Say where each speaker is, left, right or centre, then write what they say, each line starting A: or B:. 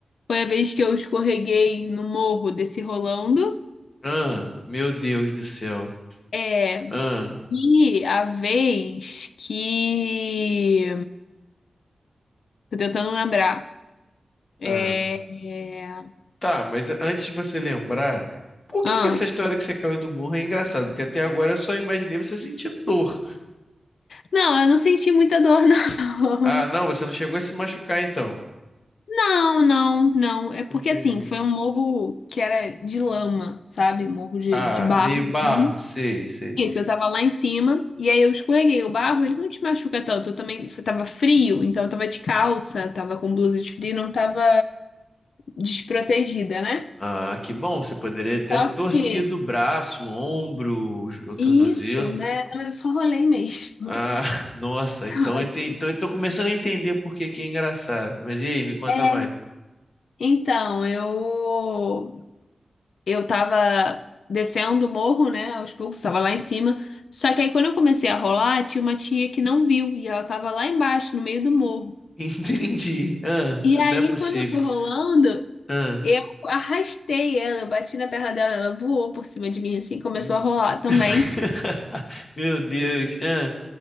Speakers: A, on the left; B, on the left.
A: foi a vez que eu escorreguei no morro desse rolando.
B: Ah, meu Deus do céu.
A: É,
B: Ah,
A: e a vez que. Tô tentando lembrar. É,
B: ah.
A: é,
B: Tá, mas a- antes de você lembrar, por que
A: ah,
B: que essa história que você caiu do morro é engraçada? Porque até agora eu só imaginei você sentindo dor.
A: não, eu não senti muita dor, não.
B: Ah, não,
A: <laughs>
B: você não chegou a se machucar então.
A: Não, não, não. É porque
B: Entendi.
A: assim, foi um morro que era de lama, sabe? Morro de,
B: Ah,
A: de barro
B: meio barro,
A: mesmo.
B: sei, sei.
A: Isso, eu tava lá em cima e aí eu escorreguei o barro, ele não te machuca tanto. Eu também f- tava frio, então eu tava de calça, tava com blusa de frio, não tava desprotegida, né?
B: Ah, que bom, você poderia ter
A: Só
B: se torcido
A: que
B: o braço, o ombro, o jo- o tornozelo.
A: isso, né? Mas eu só rolei mesmo.
B: Ah,
A: <laughs>
B: <laughs> nossa,
A: Só
B: então eu, enten-
A: que
B: então eu tô começando a entender por que que é engraçado. Mas e aí, me conta
A: é,
B: mais.
A: então, eu eu tava descendo o morro, né, aos poucos, tava lá em cima. Só que aí quando eu comecei a rolar, tinha uma tia que não viu e ela tava lá embaixo, no meio do morro.
B: <laughs> Entendi. Ah,
A: E
B: não
A: aí
B: é possível.
A: quando eu fui rolando,
B: Ah,
A: eu arrastei ela, eu bati na perna dela, ela voou por cima de mim assim, começou
B: hum.
A: a rolar
B: <laughs>
A: também.
B: meu Deus. Ah,